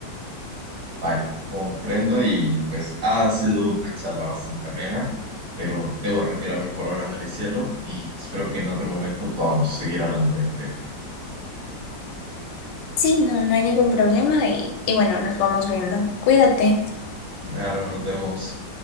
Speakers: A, on the right; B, on the left.
A: Vaya, comprendo y pues ha sido una charla bastante amena, pero debo retirarme por ahora, Maricielo, y espero que en otro momento podamos seguir hablando del tema.
B: Sí, no, no hay ningún problema y, y bueno, nos vamos viendo. Cuídate.
A: Ahora nos vemos.